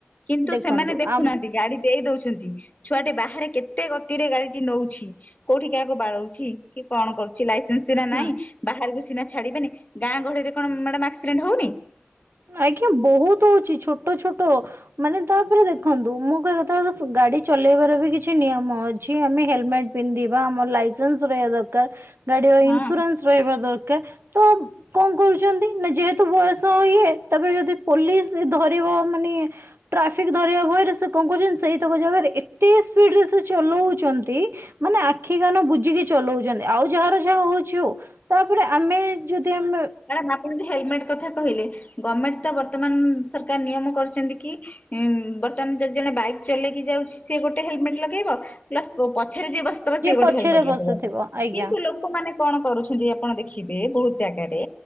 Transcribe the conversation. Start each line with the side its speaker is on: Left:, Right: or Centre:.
Left: କିନ୍ତୁ
Right: ଦେଖନ୍ତୁ
Left: ସେମାନେ ଦେଖୁନାହାନ୍ତି
Right: ଆମ
Left: ଗାଡ଼ି ଦେଇ ଦଉଛନ୍ତି ଛୁଆଟେ ବାହାରେ କେତେ ଗତିରେ ଗାଡ଼ିଟି ନୋଉଛି। କୋଉଠି କାହାକୁ ବାଡ଼ଉଛି କି କଣ କରୁଛି ଲାଇସେନ୍ସ ସିନା ନାହିଁ
Right: ହୁଁ
Left: ବାହାରକୁ ସିନା ଛାଡ଼ି ବେନି ଗାଁ ଗହଳିରେ କଣ ମାଡାମ୍ ଆକ୍ସିଡେଣ୍ଟ ହୋଉନି?
Right: ଆଜ୍ଞା ବୋହୁତ ହୋଉଛି ଛୋଟ ଛୋଟ। ମାନେ ତାପରେ ଦେଖନ୍ତୁ ମୁଁ କହିବା କଥା <unintelligible> ଗାଡ଼ି ଚଲେଇବାର ବି କିଛି ନିୟମ ଅଛି ଆମେ ହେଲମେଟ ପିନ୍ଧିବା ଆମର ଲାଇସେନ୍ସ ରହିବା ଦରକାର ଗାଡ଼ିର ଇନ୍ସୁରାନ୍ସ
Left: ହଁ।
Right: ରହିବା ଦରକାର ତ କଣ କରୁଛନ୍ତି ନା ଯେହେତୁ ବୟସ ଇଏ। ତାପରେ ବି ଯଦି ପୋଲିସ ଧରିବ ମାନେ ଟ୍ରାଫିକ ଧରିବା ଭୟରେ ସେ କଣ କରୁଛନ୍ତି ସେଇତକ ଜାଗାରେ ଏତେ ସ୍ପିଡ ରେ ସେ ଚଲଉଛନ୍ତି। ମାନେ ଆଖି କାନ ବୁଜିକି ଚଲଉଛନ୍ତି ଆଉ ଯାହାର ଯାହା ହୋଉଛି ହୋଉ। ତାପରେ ଆମେ ବି ଯଦି ଆମେ
Left: ମ୍ୟାଡ଼ାମ ଆପଣ ତ ହେଲମେଟ କଥା କହିଲେ ଗମେଣ୍ଟ ତ ବର୍ତ୍ତମାନ ସରକାର ନିୟମ କରିଛନ୍ତି କି ଉଁ ବର୍ତ୍ତମାନ ଯଦି ଜଣେ ବାଇକ୍ ଚଲେଇକି ଯାଉଛି ସିଏ ଗୋଟେ ହେଲମେଟ ଲଗେଇବ। ପ୍ଲସ୍ ପଛରେ ଯିଏ ବସିଥିବ ସିଏ ଗୋଟେ
Right: ପଛରେ
Left: ହେଲମେଟ
Right: ବସିଥିବ
Left: ଲଗିବ
Right: ଆଜ୍ଞା
Left: କିନ୍ତୁ ଲୋକମାନେ କଣ କରୁଛନ୍ତି। ଆପଣ ଦେଖିବେ ବହୁତ ଜାଗାରେ